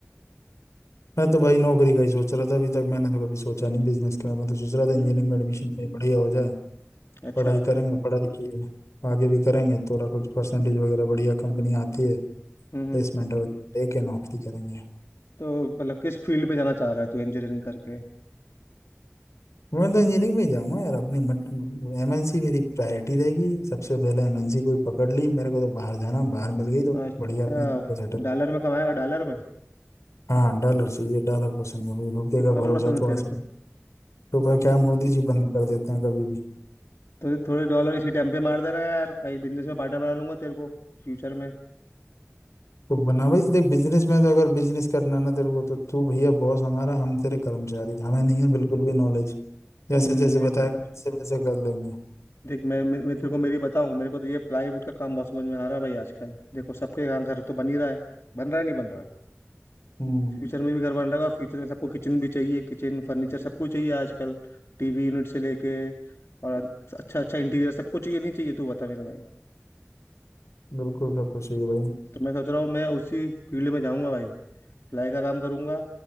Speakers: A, on the left; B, on the left.
A: मैं तो भाई नौकरी का ही सोच रहा था अभी तक मैंने तो कभी सोचा नहीं बिजनेस का मैं तो सोच रहा था इंजीनियरिंग
B: हम्म
A: में एडमिशन कहीं बढ़िया हो जाए
B: अच्छा
A: पढ़ाई करेंगे पढ़ाई की है आगे भी करेंगे थोड़ा कुछ परसेंटेज वगैरह बढ़िया कंपनी आती है
B: हम्म
A: प्लेसमेंट वगैरह लेके नौकरी करेंगे
B: तो मतलब किस फील्ड पे जाना चाह रहा है तू इंजीनियरिंग करके
A: मैं तो इंजीनियरिंग में ही जाऊंगा यार अपनी मतलब एमएनसी मेरी प्रायोरिटी रहेगी सबसे पहले एमएनसी कोई पकड़ ली मेरे को तो बाहर जाना बाहर मिल गई तो
B: अच्छा
A: बढ़िया अपने सेटअप
B: डॉलर में कमाएगा डॉलर में
A: हाँ डॉलर चाहिए डॉलर पसंद है मुझे, रुपये का
B: डॉलर
A: भरोसा
B: पसंद है
A: थोड़ा
B: तेरे
A: सा नहीं।
B: को
A: रुपये क्या
B: भाई,
A: मोदी जी बंद कर देते हैं कभी भी
B: थोड़े थोड़े डॉलर इसी टाइम पे मार दे रहा है यार भाई बिजनेस में पार्टनर बना लूंगा तेरे को फ्यूचर में
A: तो बना भाई देख बिजनेस में तो अगर बिजनेस करना ना तेरे को तो तू भैया बॉस हमारा हम तेरे कर्मचारी हमें नहीं है बिल्कुल भी नॉलेज जैसे
B: हम्म
A: जैसे
B: नहीं
A: बताएगा
B: सही है।
A: वैसे वैसे कर लेंगे
B: देख मैं मैं मैं तेरे
A: तो,
B: को मेरी बताऊं मेरे को तो ये प्लाईवुड का काम बहुत समझ में आ रहा है भाई आजकल देखो सबके यहाँ घर तो बन ही रहा है बन रहा है नहीं बन रहा
A: हम्म
B: फ्यूचर में भी घर बन रहा है और फ्यूचर में सबको किचन भी चाहिए किचन फर्नीचर सब कुछ चाहिए आजकल टीवी यूनिट से लेके और अच्छा अच्छा इंटीरियर सब कुछ चाहिए नहीं चाहिए तू बता मेरे भाई
A: बिल्कुल सब कुछ चाहिए भाई
B: तो मैं सोच रहा हूँ मैं उसी फील्ड में जाऊंगा भाई प्लाई का काम करूंगा